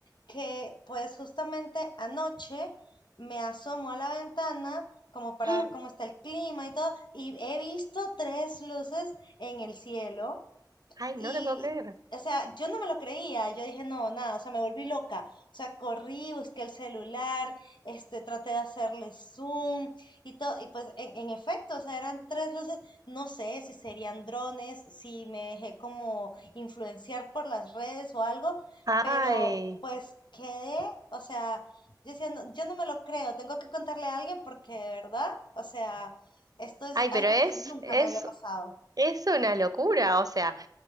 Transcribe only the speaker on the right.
mm,
ay,
no te puedo creer.
Ay,
ay,
pero es,
es,
es una locura. O sea,